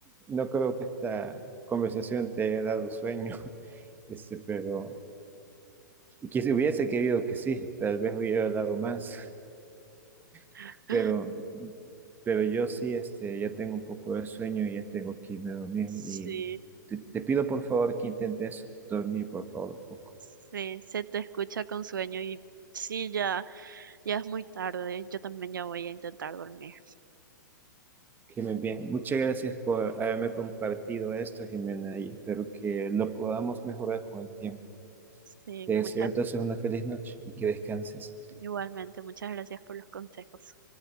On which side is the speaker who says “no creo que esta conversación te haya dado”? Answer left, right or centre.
Right